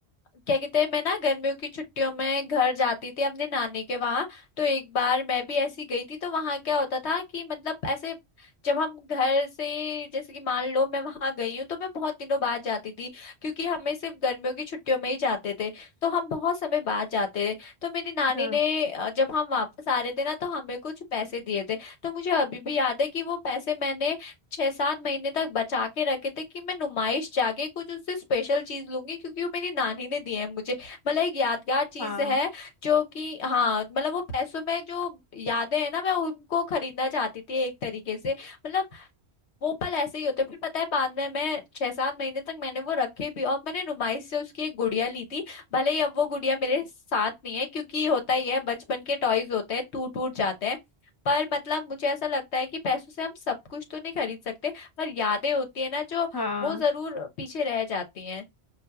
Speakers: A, on the left (about 85°); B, on the left (about 25°).
A: क्या कहते हैं मैं ना गर्मियों की छुट्टियों में घर जाती थी अपने नानी के वहां तो एक बार मैं भी ऐसी गई थी तो वहां क्या होता था कि मतलब ऐसे जब हम घर से जैसे कि मान लो मैं वहां गई हूँ तो मैं बहुत दिनों बाद जाती थी क्योंकि हमें सिर्फ गर्मियों की छुट्टियों में ही जाते थे तो हम बहुत समय बाद जाते थे तो मेरी नानी
B: अच्छा,
A: ने अ, जब हम वापस आ रहे थे ना तो हमें कुछ पैसे दिए थे तो मुझे अभी भी याद है कि वो पैसे मैंने छह सात महीने तक बचा के रखे थे कि मैं नुमाइश जाके कुछ उससे स्पेशल चीज लूंगी क्योंकि वो मेरी नानी ने दिए हैं मुझे मतलब एक यादगार चीज
B: हाँ
A: है जो कि हाँ मतलब वो पैसों में जो यादें हैं ना मैं उनको खरीदना चाहती थी एक तरीके से मतलब वो पल ऐसे ही होते फिर पता है बाद में मैं छह सात महीने तक मैंने वो रखे भी और मैंने नुमाइश से उसकी एक गुड़िया ली थी भले ही अब वो गुड़िया मेरे साथ नहीं है क्योंकि होता ही है बचपन के टॉयज होते हैं टूट टूट जाते हैं पर मतलब मुझे ऐसा लगता है कि पैसों से हम सब कुछ तो नहीं खरीद सकते पर यादें होती है ना जो
B: हाँ
A: वो जरूर पीछे रह जाती हैं